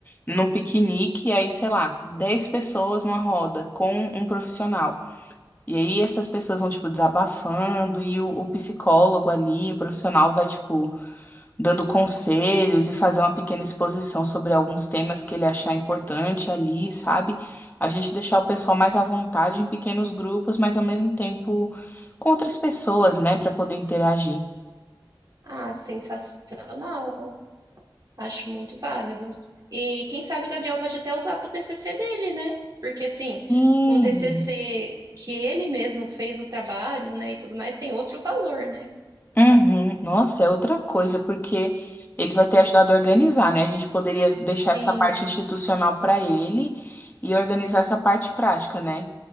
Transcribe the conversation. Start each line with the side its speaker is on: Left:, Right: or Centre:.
Left: num piquenique, e aí, sei lá, 10 pessoas numa roda com um profissional. E aí essas pessoas vão, tipo, desabafando, e o, o psicólogo ali, o profissional vai, tipo, dando conselhos e fazer uma pequena exposição sobre alguns temas que ele achar importante ali, sabe? A gente deixar o pessoal mais à vontade em pequenos grupos, mas ao mesmo tempo com outras pessoas, né, para poder interagir.
Right: Ah, sensacional. Acho muito válido. E quem sabe o Gabriel pode até usar para o TCC dele, né? Porque, assim,
Left: Hum,
Right: um TCC que ele mesmo fez o trabalho, né, e tudo mais, tem outro valor, né?
Left: uhum. Nossa, é outra coisa, porque ele vai ter ajudado a organizar, né? A gente poderia deixar
Right: Sim,
Left: essa parte institucional para ele e organizar essa parte prática, né?